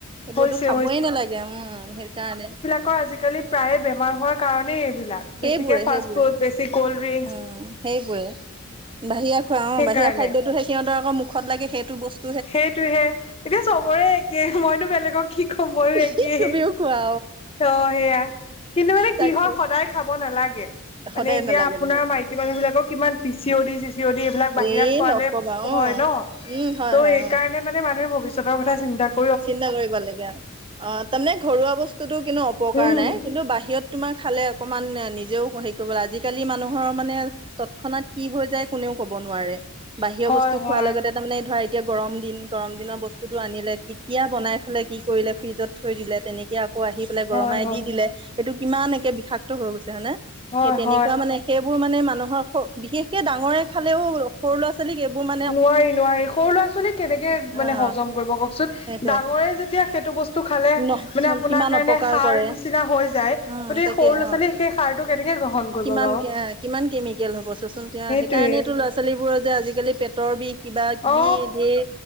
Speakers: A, on the right; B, on the left.
A: এইবোৰতো
B: হৈছে
A: খাবই নালাগে উম সেই কাৰণে।
B: কৰ আজিকালি প্ৰায়ে বেমাৰ হোৱাৰ কাৰণেই এইবিলাক। বেছিকে
A: সেইবোৰে
B: ফাষ্ট
A: সেইবোৰে।
B: ফুড বেছি কলড্ৰিংক
A: উম, সেইবোৰে বাহিৰা খোৱা
B: সেইকাৰণে
A: অ বাহিৰা খাদ্যতো সেই সিহঁতৰ আকৌ মুখ খত লাগি সেইটো বস্
B: সেইটোহে এতিয়া চবৰে একে মইনো বেলেগক কি ক'ম, ময়ো একেই।
A: কি তুমিও খোৱা
B: অ' সেয়া, কিন্তু মানে
A: তাকে
B: কি হয় সদায় খাব নালাগে। মানে
A: সদায়
B: এতিয়া
A: নালাগে
B: আপোনাৰ
A: নালাগে।
B: মাইকী মানুহ বিলাকক কিমান পিচি অ দি চিচি অ দি এইবিলাক বাহিৰা
A: এই
B: খোৱালে
A: নকবা অ'
B: হয় ন।
A: উম, হয় হয়।
B: সেইকাৰণে
A: অ'।
B: মানে মানুহে ভৱিষ্যতৰ কথা চিন্তা ক
A: চিন্তা কৰিব লাগে, অ' তাৰমানে ঘৰুৱা বস্তুতো কিন্তু অপকাৰ
B: উম
A: নাই। কিন্তু বাহিৰত তোমাৰ খালে অকমান নিজেও হেৰি কৰিব লাগে আজিকালি মানুহৰ মানে তৎক্ষণাত কি হৈ যায় কোনেও কব নোৱাৰে। বাহিৰৰ
B: হয়
A: বস্তু
B: হয়
A: খোৱাৰ লগতে তাৰমানে ধৰা এতিয়া গৰম দিন গৰম দিনৰ বস্তুটো আনিলে। কেতিয়া বনাই থলে, কি কৰিলে ফ্ৰিজত থৈ দিলে তেনেকে আকৌ আহি পেলাই
B: হয়
A: গৰমাই
B: হয়
A: দি দিলে। সেইটো কিমান একে বিষাক্ত হৈ গৈছে হয়নে,
B: হয়
A: সেই তেনেকুৱা
B: হয়
A: মানে সেইবোৰ মানে মানুহৰ বিশেষকে ডাঙৰে খালেও সৰু ল'ৰা ছোৱালীক এইবোৰ মান
B: নোৱাৰি নোৱাৰি, সৰু ল'ৰা-ছোৱালী কেনেকে মানে
A: অ
B: হজম কৰিব কওকচোন।
A: সেইটোৱে।
B: ডাঙৰেই যেতিয়া সেইটো বস্তু খালে
A: ন
B: মানে আপোনাৰ
A: কিমান
B: কাৰণে
A: অপকাৰ
B: সাৰ
A: কৰে
B: নিচিনা হৈ যায়।
A: উম,
B: গতিকে
A: তাকে
B: সৰু ল'ৰা
A: অ'
B: ছোৱালীয়ে সেই সাৰটো কেনেকে গ্ৰহণ কৰিব
A: কিমান
B: বাৰু
A: কিমান কেমিকেল হ'ব চোৱাচোন
B: সেইটোৱে
A: সেইকাৰণেটো। সৰু ল'ৰা-ছোৱালীবোৰৰ যে আজিকালি পেটৰ বিষ কিবা-কিবি
B: অ
A: ধেৰ